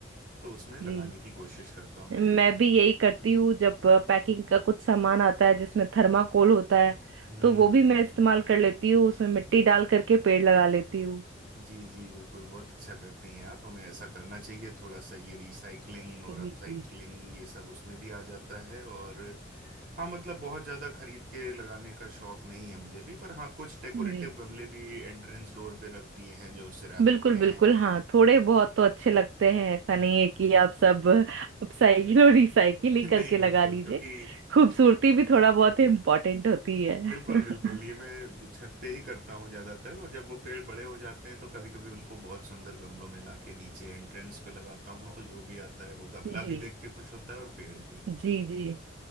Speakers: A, on the right; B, on the right.
A: तो उसमें लगाने
B: जी
A: की कोशिश करता
B: मैं
A: हूँ
B: भी यही करती हूँ जब पैकिंग का कुछ सामान आता है जिसमें थर्माकोल होता है
A: हम्म
B: तो वो भी मैं इस्तेमाल कर लेती हूँ उसमें मिट्टी डाल करके पेड़ लगा लेती हूँ
A: जी जी बिल्कुल बहुत अच्छा करती हैं आप हमें ऐसा करना चाहिए थोड़ा सा ये रिसाइकलिंग और
B: बिल्कुल
A: अपसाइकलिंग ये सब उसमें भी आ जाता है और हाँ मतलब बहुत ज़्यादा खरीद के लगाने का शौक नहीं है मुझे भी पर हाँ कुछ डेकोरेटिव
B: जी
A: गमले भी एंट्रेंस डोर पे रख दिए हैं जो सिरामिक
B: बिल्कुल
A: के
B: बिल्कुल
A: हैं
B: हाँ थोड़े बहुत तो अच्छे लगते हैं ऐसा
A: हम्म
B: नहीं है कि
A: हम्म।
B: आप सब अपसाइकिल और रिसाइकिल
A: <laughs>
B: ही करके
A: नहीं
B: लगा
A: बिल्कुल
B: लीजिए
A: क्योंकि
B: खूबसूरती भी थोड़ा बहुत इम्पोर्टेंट होती है
A: बिल्कुल
B: <laughs>
A: बिल्कुल ये मैं जो छत पे ही करता हूँ ज्यादातर और जब वो पेड़ बड़े हो जाते हैं तो कभी कभी उनको बहुत सुंदर गमलों में लाके नीचे एंट्रेंस पे लगाता हूँ तो जो भी आता है वो गमला
B: जी
A: भी देख के खुश होता है और पेड़ भी
B: जी जी